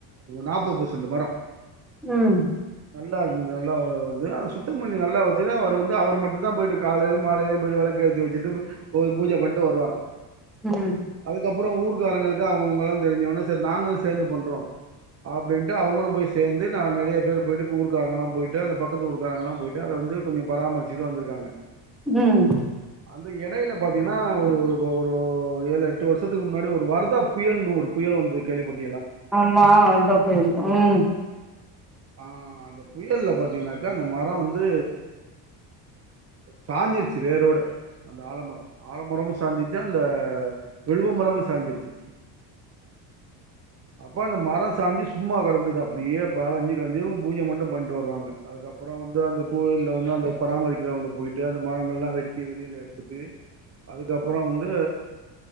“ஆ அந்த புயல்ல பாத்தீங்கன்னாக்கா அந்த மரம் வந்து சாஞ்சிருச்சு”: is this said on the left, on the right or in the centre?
Right